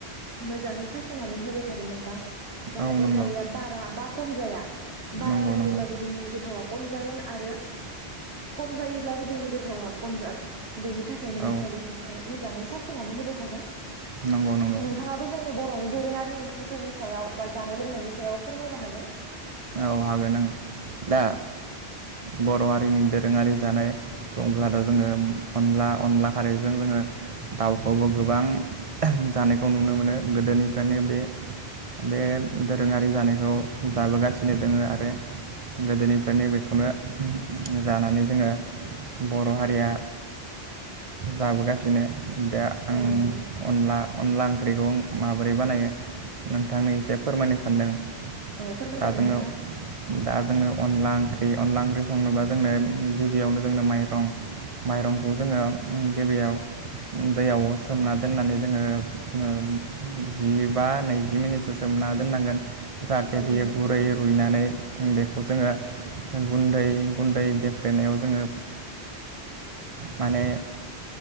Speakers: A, on the right; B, on the right.
A: मोजाङै साखिनानै होबाय थागोन नोंथां जाहाथे
B: औ नंगौ
A: खारैया बारा बा खम जाया बारा
B: नंगौ
A: जायोब्लाबो
B: नंगौ
A: जोंनि गोथावा खम जागोन। आरो खम जायोब्लाबो जोंनि गोथावा। खम जागोन बेनि थाखायनो जोङो
B: औ
A: बेखौहाय मोजाङै साखिनानै होबाय थागोन।
B: नंगौ नंगौ
A: नोंथाङाबो जोंनि ब र नि दोरोङारि ओंख्रिफोरनि सायाव बा जानाय लोंनायनि सायाव फोरमायनो हागोन।
B: अ हागोन आं दा बर हारिनि दोरोङारि जानाय बुंब्लाथ जोङो अनला अनला खारैजों जोङो। दाउखौबो गोबां जानायखौ नुनो मोनो गोदोनिफ्रायनो बे। बे दोरोङारि जानायखौ जाबोगासिनो दोङो आरो गोदोनिफ्रायनोबेखौनो जानानै जोङो। बर हारिया जाबोगासिनो। दा आं
A: औ नंगौ नोंथां
B: अनला अनला ओं ओंख्रिखौ माबोरै बानायो नोंथांनि एसे फोरमायनो सानदों।
A: औ फोरमाय
B: दा
A: जागोन
B: जोङो
A: नोंथां।
B: दा जोङो अनला ओंख्रि अनला ओंख्रि संनो बा जोंनो गिबियावनो जोंनो माइरं माइरंखौ जोङो गिबियाव दैयाव सोमना दोननानै जोङो ओ जिबा नैजि मिनिटसो सोम ना दोननांगोन जाहाथे
A: औ
B: बियो
A: नंगौ
B: गुरै
A: नोंथां
B: रुइनानै बेखौ जोङो गुन्दै गुन्दै देफ्लेनायाव जोङो माने